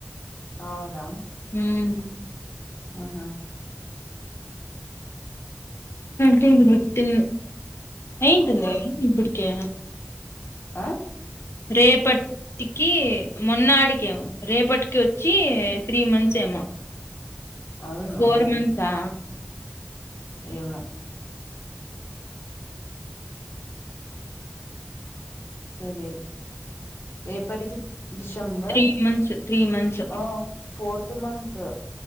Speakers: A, on the left; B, on the left.
A: ఔన
B: ఊమ్
A: అహా
B: టిన్కి పుట్టింది అయ్యింటుంది గదా ఇబ్బుడికే
A: అ
B: రేపట్ కి మొన్నాడికేమో రేపటికి ఒచ్చి త్రీ మంత్స్ ఎ మో
A: అవునా?
B: ఫోర్ మంన్స్ ఆ
A: ఏమో తెలీద్ రేపట్కి December
B: three months three months
A: ఓ ఫోర్త్ మంత్